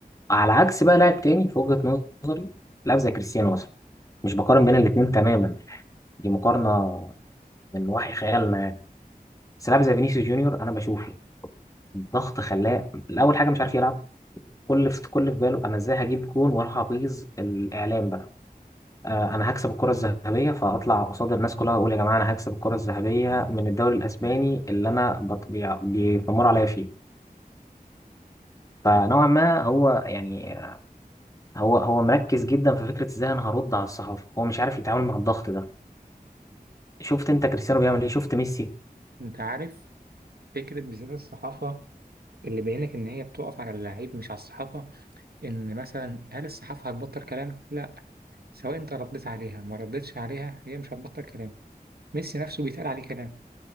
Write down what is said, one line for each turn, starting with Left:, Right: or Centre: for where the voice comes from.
Left: على عكس بقى لاعب تاني في وجهة نظري لاعب زي كريستيانو مثلا مش بقارن بين الاتنين تماما دي مقارنة من وحي خيالنا يعني. بس لاعب زي فينيسيوس جونيور انا بشوفه الضغط خلاه الاول حاجه مش عارف يلعب كل في كل في باله انا ازاي هجيب جون واروح ابيظ الاعلام بقى آه، انا هكسب الكره الذهبيه فاطلع قصاد الناس كلها واقول يا جماعه انا هكسب الكره الذهبيه من الدوري الاسباني اللي انا بط- بيع- بيتمروا عليا فيه فنوعا ما هو يعني هو هو مركز جدا في فكره ازاي انا هرد على الصحافه هو مش عارف يتعامل مع الضغط ده شفت انت كريستيانو بيعمل ايه شفت ميسي
Right: أنت عارف فكرة بالذات الصحافة اللي باين لك إن هي بتقف على اللعيب مش على الصحافة إن مثلا هل الصحافة هتبطل كلام؟ لا سواء انت رديت عليها ما رديتش عليها هي مش هتبطل كلام ميسي نفسه بيتقال عليه كلام